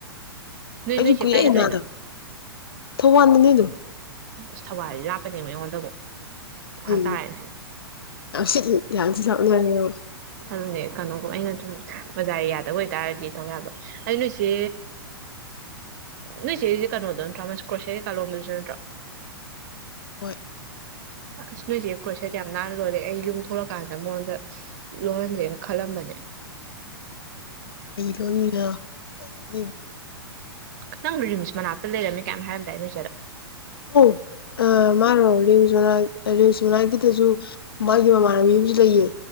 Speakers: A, on the right; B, on the left.
A: ꯅꯣꯏ
B: ꯑꯩꯁꯨ
A: ꯅꯣꯏꯁꯦ
B: ꯀꯨꯏꯔꯦ
A: ꯀꯥꯏꯗ
B: ꯏ
A: ꯇꯧꯔꯤꯅꯣ
B: ꯅꯥꯗ ꯊꯧꯕꯥꯜꯗꯅꯦ ꯑꯗꯨꯝ
A: ꯑꯁ ꯊꯧꯕꯥꯜꯗꯤ ꯂꯥꯞꯄꯅꯦꯕ ꯑꯩꯉꯣꯟꯗꯕꯨꯣ ꯇꯔꯅꯦ
B: ꯎꯝ ꯌꯥꯝ ꯁꯤꯠꯂꯤ ꯌꯥꯝ ꯁꯤꯠꯂꯛꯅꯔꯦꯕ
A: ꯑꯗꯨꯅꯦ ꯀꯩꯅꯣꯒꯨꯝ ꯑꯩꯅ ꯁꯨꯝ ꯕꯖꯥꯔ ꯑꯦꯔꯤꯌꯥꯗ ꯑꯣꯏ ꯍꯥꯏꯇꯥꯔꯗꯤ ꯇꯧ ꯌꯥꯕ ꯑꯗꯨ ꯅꯣꯏꯁꯦ ꯅꯣꯏꯁꯦꯁ ꯀꯩꯅꯣꯗ ꯅꯠꯇ꯭ꯔꯣ ꯀ꯭ꯔꯣꯁꯤꯌꯥꯒꯤ ꯀꯥꯂꯣꯝꯗꯨꯁꯨ ꯅꯠꯇ꯭ꯔꯣ
B: ꯍꯣꯏ
A: ꯑꯁ ꯅꯣꯏꯁꯦ ꯀ꯭ꯔꯣꯁꯦꯠ ꯌꯥꯝ ꯅꯥꯟꯅ ꯂꯣꯜꯂꯦ ꯑꯩ ꯌꯨꯝ ꯊꯣꯛꯂꯛꯀꯥꯟꯗ ꯃꯉꯣꯟꯗ ꯂꯣꯜꯍꯟꯁꯦꯅ ꯈꯜꯂꯝꯕꯅꯦ
B: ꯂꯩꯔꯣꯅꯤꯔ ꯀꯩꯅꯣ
A: ꯅꯪ ꯅꯨꯔꯤꯃꯤꯁꯃ ꯅꯅꯥꯜ ꯂꯩꯔꯝꯃꯦ ꯀꯌꯥꯝ ꯍꯥꯏꯔꯝꯗꯥꯏ ꯅꯣꯖꯔꯣ
B: ꯑꯣ ꯑ ꯃꯥꯔꯣ ꯡꯁꯣꯅꯥ ꯔꯤꯡꯁꯣꯅꯥꯒꯤꯗꯁꯨ ꯃꯥꯒꯤ ꯃꯃꯥꯟꯅꯕꯤ ꯑꯃꯁꯨ ꯂꯩꯌꯦ